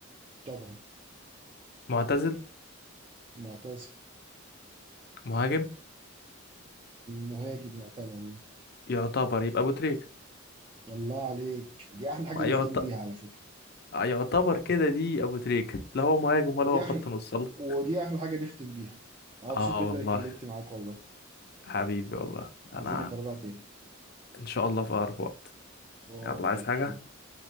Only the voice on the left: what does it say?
معتزل
مهاجم
يعتبر يبقى ابو تريكه
يعت...
آه، يعتبر كده دي ابو تريكة لا هو مهاجم
ولا هو خط
نص الله
اه
والله
حبيبي والله انا
ان شاء الله في اقرب وقت
يلا عايز حاجة